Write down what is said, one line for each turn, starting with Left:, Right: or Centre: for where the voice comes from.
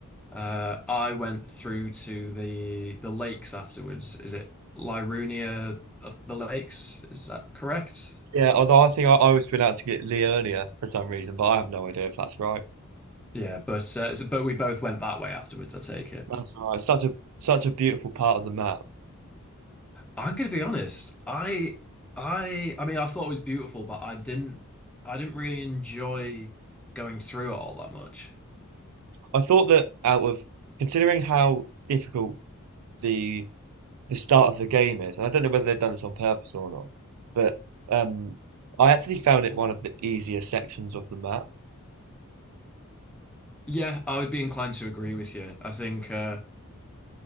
Centre: uh, I went through to the the lakes afterwards. Is it Lirunia of the lakes? Is that correct?
Right: Yeah, although I think I, I was pronouncing it Leonia for some reason, but I have no idea if that's right.
Centre: Yeah, but uh, so- but we both went that way afterwards, I take it.
Right: That's right. Such a such a beautiful part of the map.
Centre: I'm gonna be honest. I I I mean I thought it was beautiful, but I didn't I didn't really enjoy going through it all that much.
Right: I thought that out of considering how difficult the the start of the game is, and I don't know whether they've done this on purpose or not, but um, I actually found it one of the easier sections of the map.
Centre: Yeah, I would be inclined to agree with you. I think uh